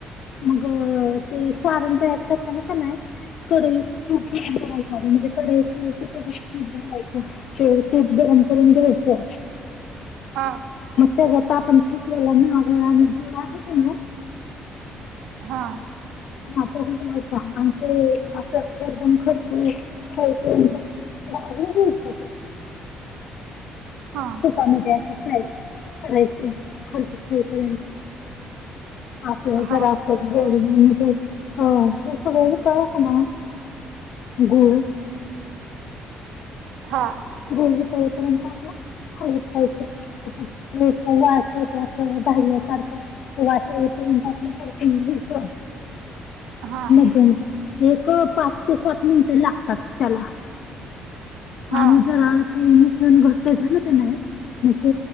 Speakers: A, on the left; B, on the right.
A: मग ते सारण तयार करताना का नाही. कडई तू कराय म्हणजे कडई ठेवायची त्याच्यात तूलायचं ते तूप गरम करून घ्यायचं.
B: हा
A: मग तेच आता आपण शिकलेलं नारळ आणि गुळ आहे का ना.
B: हां.
A: हा तो घालायचा आण असं एकदम खरपू खपर्यंत त ते
B: हा.
A: तुपामध्ये असं फाय करायचं खरगईपर्यंत आपर
B: हां
A: ग म्हणजे अ हे सगळ तळक ना गुड
B: हा.
A: गोरवी तळेपर्यंत आपलं हळवत रायचं. वाट येत अस भरल्यासारखं त वाच येत आप का?
B: हां
A: मध्ये एक पाच ते सात मिनिटं लागतात त्याला
B: हां
A: आणि जर तेमशन घट्ट झालं तर नाही मग